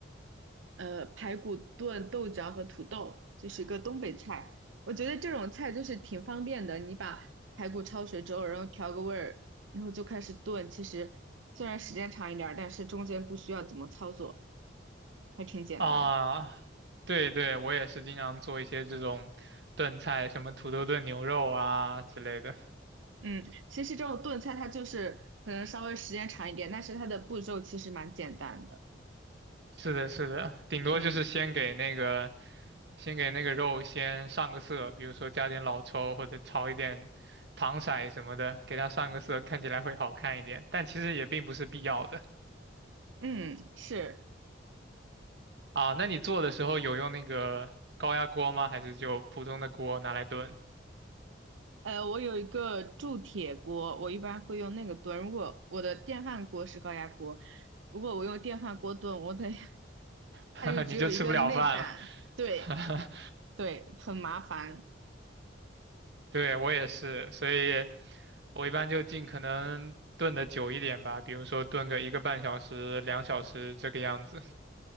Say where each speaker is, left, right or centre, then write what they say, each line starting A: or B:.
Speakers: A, on the right; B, on the right.
A: 呃，排骨炖豆角和土豆，就是一个东北菜。我觉得这种菜就是挺方便的，你把排骨焯水之后，然后调个味儿，然后就开始炖。其实虽然时间长一点儿，但是中间不需要怎么操作，还挺简单的。
B: 啊，对对，我也是经常做一些这种炖菜，什么土豆炖牛肉啊之类的。
A: 嗯，其实这种炖菜它就是可能稍微时间长一点，但是它的步骤其实蛮简单的。
B: 是的，是的，顶多就是先给那个
A: 嗯
B: 先给那个肉先上个色，比如说加点老抽或者炒一点糖色什么的，给它上个色，看起来会好看一点。但其实也并不是必要的
A: 嗯，是。
B: 啊。那你做的时候有用那个高压锅吗？还是就普通的锅拿来炖？
A: 呃，我有一个铸铁锅，我一般会用那个炖。如果我的电饭锅是高压锅，如果我用电饭锅炖，我得 <laughs>
B: <laughs>
A: 它就只有一个内胆，
B: 你就吃不了饭了。
A: 对
B: <laughs>
A: 对，很麻烦。
B: 对，我也是，所以我一般就尽可能炖的久一点吧，比如说炖个一个半小时、两小时这个样子。